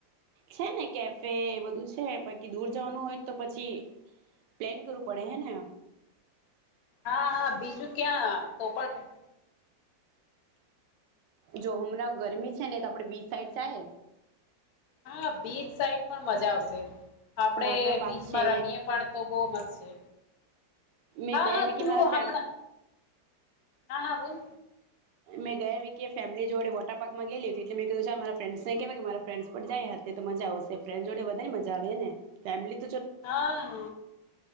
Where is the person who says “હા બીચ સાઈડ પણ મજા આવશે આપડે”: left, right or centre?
Left